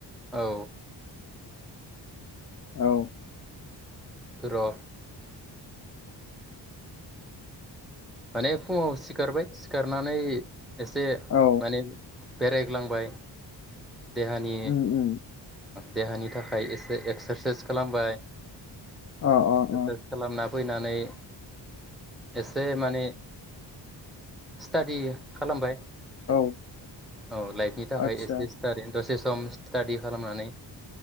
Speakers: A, in the centre; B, on the left (about 40°).
A: औ
B: औ
A: थु र' माने फुङाव सिखारबाय सिखारनानै एसे
B: औ
A: माने बेरायग्लांबाय देहानि
B: उम उम
A: देहानि थाखाय एसे एक्सारसाइस खालामबाय
B: अ अ
A: एक्सारसाइज
B: अ
A: खालामना फैनानै एसे माने स्टादि खालामबाय
B: औ
A: औ लाइफनि थाखाय
B: आदसा
A: एसे स्टादि दसे सम स्टाडि खालामनानै